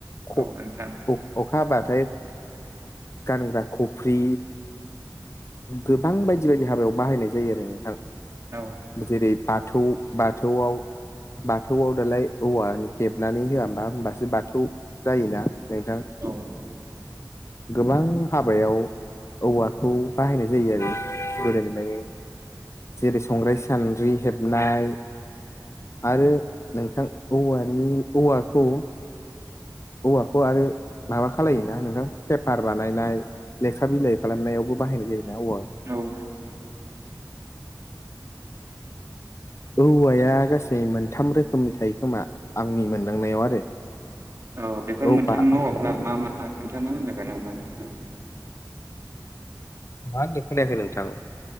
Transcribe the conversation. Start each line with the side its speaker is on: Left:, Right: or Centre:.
Left: ख'
Right: औ नोंथां
Left: अ-अखा हाबाथाय गानग्रा खफ्रि गोबां बायदि बायदि हाबायाव बाहायनाय जायो आरो नोंथां
Right: औ
Left: जेरै बाथौ बाथौआव बाथौआव दालाय औवानि हेबनानै होआ होमबा होमबासो बाथौ जायोना नोंथां
Right: औ
Left: गोबां हाबायाव औवाखौ बाहायनाय जायो आरो गोदोनिफ्राय जेरै संग्राय सान्द्रि हेबनाय आरो नोंथां औवानि औवाखौ औवाखौ आरो माबा खालायोना नोंथां पेपार बानायनाय लेखा बिलाइ खालामनायावबो बाहायनाय जायोना औवा
Right: औ
Left: औवाया गासै मोनथाम रोखोमनि थायो खोमा आंनि मोनदांनायाव आरो।
Right: अ बेफोर
Left: औवा
Right: मोनथाम औवाफ्रा मा मा खोन्थाना होनो हागोन नामा नोंथाङा?
Left: मा होनदों खोनायाखै नोंथां?